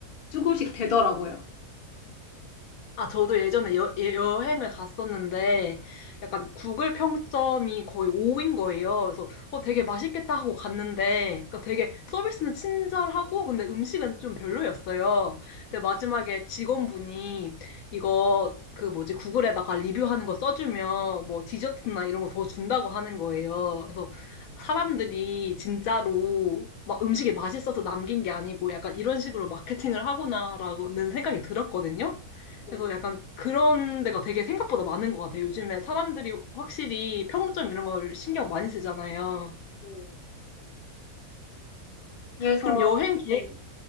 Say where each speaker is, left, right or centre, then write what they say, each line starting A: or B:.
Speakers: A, on the left; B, on the left.
A: 조금씩 되더라고요.
B: 아, 저도 예전에 여, 예- 여행을 갔었는데, 약간 구글 평점이 거의 5인 거예요. 그래서, 어, 되게 맛있겠다 하고 갔는데, 그러니까 되게 서비스는 친절하고, 근데 음식은 좀 별로였어요. 근데 마지막에 직원분이 이거, 그 뭐지, 구글에다가 리뷰하는 거 써주면, 뭐 디저트나 이런 거 더 준다고 하는 거예요. 그래서 사람들이 진짜로 막 음식이 맛있어서 남긴 게 아니고, 약간 이런 식으로 마케팅을 하구나라는 생각이 들었거든요.
A: 네,
B: 그래서 약간 그런 데가 되게 생각보다 많은 것 같아요. 요즘에 사람들이 확실히 평점 이런 걸 신경 많이 쓰잖아요.
A: 네. 그래서,
B: 그럼 여행 계획
A: 네.